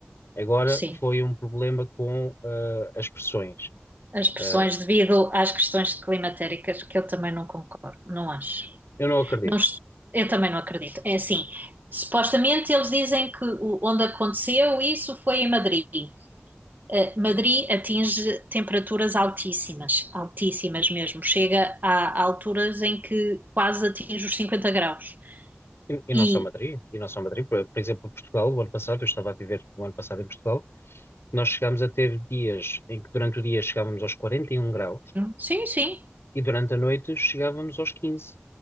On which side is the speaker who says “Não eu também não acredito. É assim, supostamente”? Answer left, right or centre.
Right